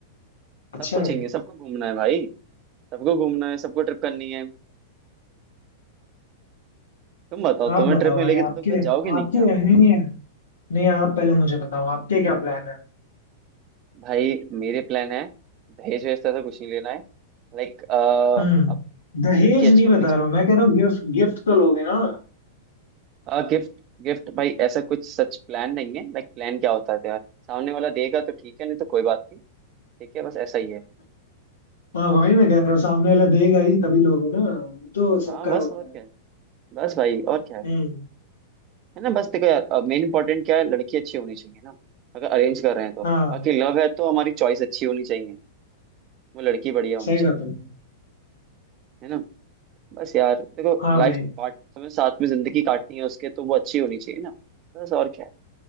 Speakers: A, on the left; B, on the right.
A: अच्छा
B: सबको
A: भाई
B: चाहिए सबको घूमना है भाई सबको घूमना है सबको ट्रिप करनी है तुम बताओ
A: आप
B: तुम्हें
A: बताओ
B: ट्रिप मिलेगी
A: भाई
B: तो
A: आपके
B: तुम क्या जाओगे नहीं
A: आपके
B: क्या
A: नहीं नहीं नहीं आप पहले मुझे बताओ आपके क्या प्लान है
B: भाई मेरे प्लान है दहेज वहेज से कुछ नहीं लेना है लाइक
A: हम्म
B: अब
A: दहेज
B: लड़की अच्छी
A: नहीं बता
B: होनी चाहिए
A: रहा हूँ मैं कह रहा हूँ गिफ्ट गिफ्ट तो लोगे ना
B: आ, गिफ्ट गिफ्ट भाई ऐसा कुछ सच प्लान नहीं है लाइक प्लान क्या होता है तो यार सामने वाला देगा तो ठीक है नहीं तो कोई बात नहीं ठीक है बस ऐसा ही है
A: हाँ वही मैं कह रहा हूँ सामने वाला देगा ही तभी लोगे ना वो तो
B: हाँ
A: सबका
B: बस
A: होता
B: और
A: है
B: क्या है बस भाई और क्या है
A: हम्म
B: है ना बस देखो यार मेन इंपॉर्टेंट क्या है लड़की अच्छी होनी चाहिए ना अगर अरेंज कर रहे हैं तो
A: हाँ
B: बाकी लव है तो हमारी चॉइस अच्छी होनी चाहिए वो लड़की बढ़िया होनी
A: सही
B: चाहिए
A: बात है भाई
B: है ना बस यार देखो
A: हाँ
B: लाइफ
A: भाई
B: पार्ट हमें साथ में जिंदगी काटनी है उसके तो वो अच्छी होनी चाहिए ना बस और क्या है